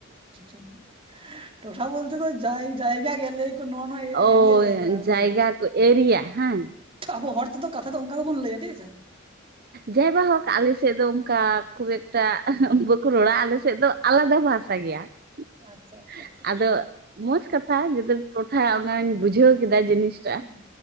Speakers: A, on the right (about 30°); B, on the right (about 50°).
A: ᱴᱚᱴᱷᱟ, ᱴᱚᱴᱷᱟ ᱵᱩᱞᱛᱮ ᱫᱚ ᱡᱟᱭ ᱡᱟᱭᱜᱟ ᱜᱮ ᱞᱚᱹᱭ ᱠᱚᱼᱼ ᱠᱚ ᱱᱚᱣᱟ ᱱᱚᱶᱟ
B: ᱚ
A: ᱮᱲᱤᱭᱟ ᱡᱟᱭᱜᱟ ᱚᱱᱟ
B: ᱡᱟᱭᱜᱟ
A: ᱜᱮ᱾
B: ᱠᱚ ᱮᱨᱤᱭᱟ
A: <inaudible>
B: ᱦᱟᱝ
A: ᱟᱵᱚ ᱦᱚᱲ ᱛᱮᱫᱚ ᱠᱟᱛᱷᱟ ᱫᱚ ᱚᱱᱠᱟ ᱜᱮᱵᱚᱱ ᱞᱟᱹᱭᱟ ᱴᱷᱤᱠ ᱜᱮ ᱥᱮ᱾
B: ᱡᱟᱭ ᱵᱟᱦᱳᱠ ᱟᱞᱮ ᱥᱮᱫ ᱫᱚ ᱚᱱᱠᱟ ᱠᱷᱩᱵ ᱮᱠᱴᱟ ᱮᱦᱮᱸ ᱵᱟᱹᱠᱩ ᱨᱚᱲᱟ ᱟᱞᱮ‌ ᱥᱮᱫ ᱫᱚ ᱟᱞᱟᱫᱟ ᱵᱷᱟᱥᱟ ᱜᱮᱭᱟ᱾
A: ᱟᱪᱪᱷᱟ
B: <inaudible>
A: ᱟᱪᱪᱷᱟ ᱟᱪᱪᱷᱟ
B: ᱟᱫᱚ ᱢᱚᱪᱷ ᱠᱟᱛᱷᱟ ᱡᱩᱫᱟᱹᱼᱼ ᱴᱚᱴᱷᱟ ᱚᱱᱟᱧ ᱵᱩᱡᱷᱟᱹᱣ ᱠᱮᱫᱟ ᱡᱤᱱᱤᱥ ᱴᱟ᱾
A: ᱦᱩ